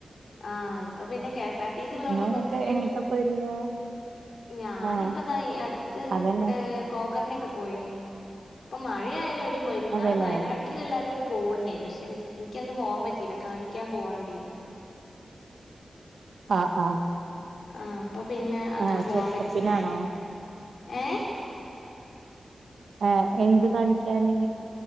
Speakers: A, on the left; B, on the right.
A: ആ
B: ഉം
A: ഇപ്പൊ പിന്നെ കെസാർടീസിള്ളോണ്ട്മ്മക്ക്
B: നിങ്ങളെങ്ങട്ട് എങ്ങട്ടാ പോയിരുന്നെ
A: ഞാനിപ്പതാ
B: ആഹ്
A: ഈ അടുത്ത്
B: അതന്നെ
A: ഇവിടെ കോഗറിനൊക്കെ പോയിന് ഇപ്പൊ മഴയായത് എവിടെയും പോയില്ല ഇന്നാള്
B: അതെല്ലേ
A: വയനാട്ടിൽ എല്ലാരും കൂടി പോകണ്ടേ പക്ഷെ എനിക്കന്നും പോവാൻ പറ്റിയില്ല കാണിക്കാൻ പോവാണ്ടേന്
B: ആഹ് ആഹ്
A: ആഹ് അപ്പൊ പിന്നെ അങ്ങനെ
B: ആഹ്
A: പോവാൻ
B: ചെക്കപ്പിനാണോ
A: പറ്റില്ല ഏഹ്
B: ഏ എന്ത് കാണിക്കാന്